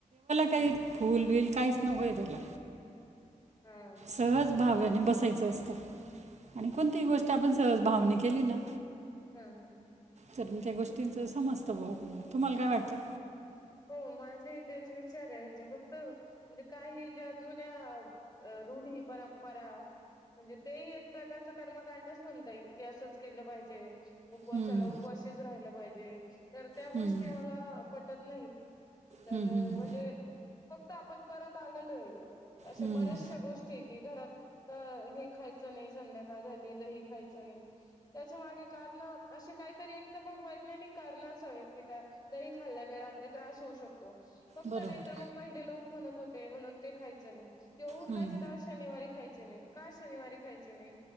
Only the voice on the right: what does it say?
काही
फूलबिल काहीच नकोय त्याला
सहज भावने बसायचं असतं आणि कोणतीही गोष्ट आपण सहज भावने केली ना
सत्य गोष्टींच समजत भाऊ आपल्याला तुम्हाला काय वाटतं
हम्म,
हम्म,
हम्म, हम्म,
हम्म,
बरोबर
हम्म,